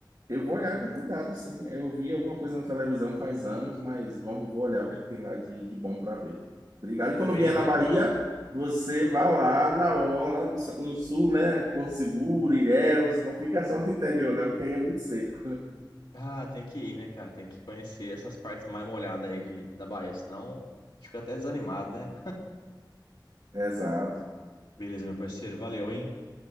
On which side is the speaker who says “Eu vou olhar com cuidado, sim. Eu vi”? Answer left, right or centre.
Right